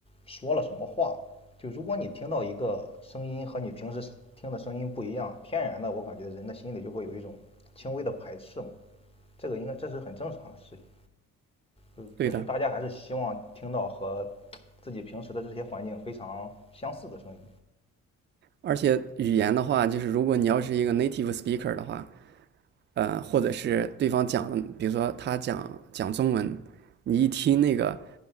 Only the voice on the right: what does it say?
对的。
而且语言的话，就是如果你要是一个 native speaker 的话，呃，或者是对方讲的，比如说他讲讲中文，你一听那个，